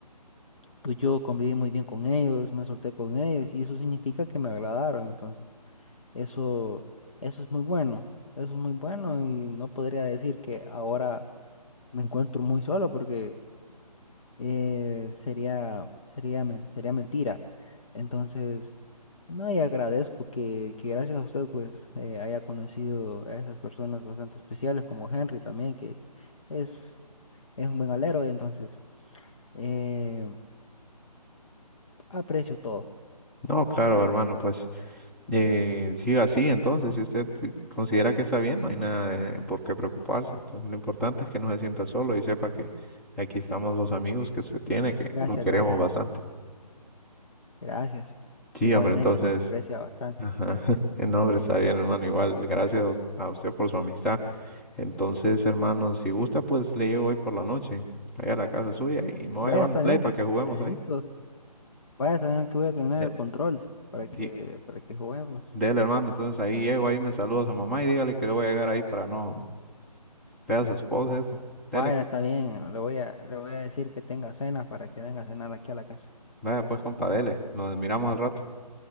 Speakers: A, on the left; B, in the centre.
A: pues yo conviví muy bien con ellos, me solté con ellos, y eso significa que me agradaron. Entonces, eso, eso es muy bueno, eso es muy bueno, y no podría decir que ahora me encuentro muy solo porque eh, sería, sería, men- sería mentira. Entonces, no, y agradezco que, que gracias a usted pues eh, haya conocido a esas personas bastante especiales como Henry también, que es, es un buen alero, y entonces eh, aprecio todo.
B: No, claro, hermano, pues eh, siga así, entonces, si usted eh, considera que está bien, no hay nada de eh, por qué preocuparse. Entonces, lo importante es que no se sienta solo y sepa que aquí estamos los amigos que se tiene, que
A: Gracias,
B: lo queremos
A: gracias,
B: bastante.
A: gracias.
B: Sí,
A: Igualmente
B: hombre, entonces...
A: se le aprecia bastante.
B: Ajá. <laughs> No, hombre, está bien, hermano. Igual, gracias a usted por su amistad. Entonces, hermano, si gusta, pues le llego hoy por la noche, allá a la casa suya y me voy
A: Vaya,
B: a llevar
A: está
B: el play
A: bien,
B: para que juguemos
A: eh, listo.
B: ahí.
A: Vaya, está bien que voy a tener
B: De,
A: el control para que,
B: sí,
A: para que juguemos.
B: dele, hermano. Entonces ahí llego, ahí me saluda a su mamá y dígale que le voy a llegar ahí para no ver a su esposa, eso. Dele,
A: Vaya,
B: compa.
A: está bien, le voy a, le voy a decir que tenga cena para que venga a cenar aquí a la casa.
B: vaya pues, compa, dele. Nos miramos al rato.